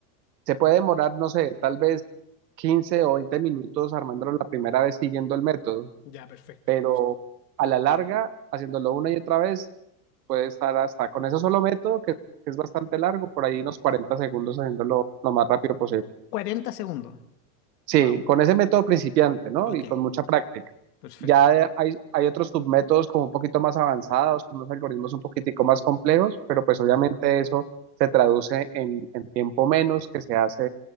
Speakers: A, on the right; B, on the left.
A: se puede demorar, no sé, tal vez 15 o 20 minutos armándolo la primera vez siguiendo el método,
B: ya, perfecto.
A: pero a la larga, haciéndolo una y otra vez, puede estar hasta con ese solo método, que, que es bastante largo, por ahí unos 40 segundos haciéndolo lo más rápido posible.
B: cuarenta segundos.
A: Sí,
B: Wow.
A: con ese método principiante, ¿no?
B: Ok,
A: Y con mucha práctica.
B: perfecto.
A: Ya de- hay, hay otros submétodos como un poquito más avanzados, con unos algoritmos un poquitico más complejos, pero pues obviamente eso se traduce en, en tiempo menos que se hace